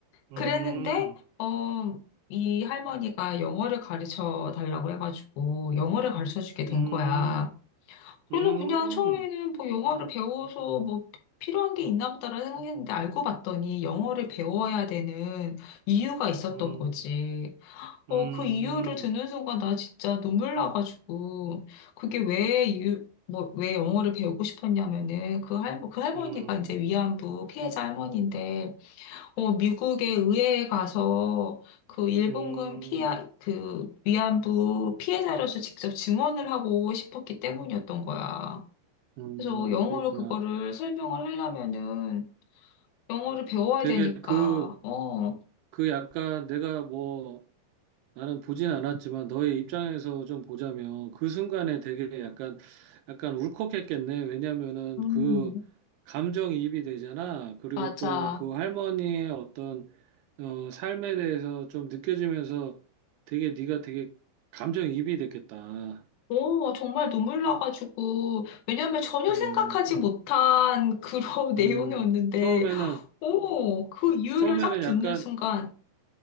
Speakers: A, on the right; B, on the left.
A: 음,
B: 그랬는데, 어, 이 할머니가 영어를 가르쳐 달라고 해가지고 영어를 가르쳐 주게 된
A: 음,
B: 거야. 그래서
A: 음,
B: 그냥 처음에는
A: 음,
B: 뭐 영어를 배워서 뭐 필요한 게 있나 보다라는 생각했는데 알고 봤더니 영어를 배워야 되는 이유가 있었던
A: 음,
B: 거지. 어,
A: 음,
B: 그 이유를 듣는 순간 나 진짜 눈물 나가지고 그게 왜 이유, 뭐, 왜 영어를 배우고 싶었냐면은 그 할, 그 할머니가
A: 음, 음,
B: 이제 위안부 피해자 할머니인데 어, 미국의 의회에 가서 그 일본군
A: 음,
B: 피해, 그 위안부 피해자로서 직접 증언을 하고 싶었기 때문이었던 거야.
A: 음,
B: 그래서 영어로
A: 그렇구나.
B: 그거를 설명을 하려면은 영어를 배워야
A: 되게
B: 되니까,
A: 그
B: 어,
A: 그 약간 내가 뭐 나는 보진 않았지만 너의 입장에서 좀 보자면 그 순간에 되게 약간 약간 울컥했겠네. 왜냐면은
B: 음,
A: 그 감정이입이 되잖아. 그리고
B: 맞아.
A: 또 그 할머니의 어떤 어, 삶에 대해서 좀 느껴지면서 되게 네가 되게 감정이입이 됐겠다.
B: 오, 정말 눈물 나가지고, 왜냐면 전혀
A: 음,
B: 생각하지 못한 그런 <laughs> 내용이었는데,
A: 음, 처음에는
B: 오, 그 이유를
A: 처음에는
B: 딱 듣는
A: 약간
B: 순간,